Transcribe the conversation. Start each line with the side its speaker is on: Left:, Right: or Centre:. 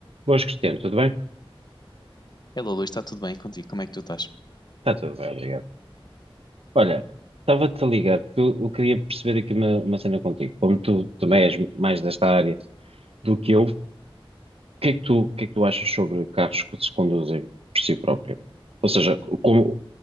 Right: Boas, Cristiano, tudo bem?
Left: Hello, Luís, está tudo bem contigo? Como é que tu estás?
Right: Está tudo bem, obrigado. Olha, estava-te a ligar porque eu, eu queria perceber aqui uma, uma cena contigo. Como tu também és mais desta área do que eu, o que é que tu, o que é que tu achas sobre carros que se conduzem por si próprio? Ou seja, como,